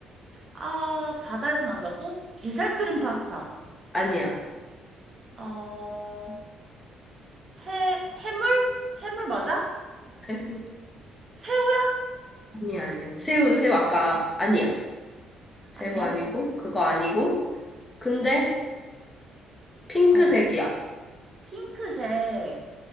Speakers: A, on the right; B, on the left.
A: 아, 바다에서 난다고? 게살 크림 파스타.
B: 아니야.
A: 어, 해, 해물? 해물 맞아?
B: <laughs>
A: 새우야?
B: 아니야, 아니야. 새우, 새우 아까 아니야. 새우
A: 아니야?
B: 아니고 그거 아니고 근데 핑크색이야.
A: 어, 핑크색.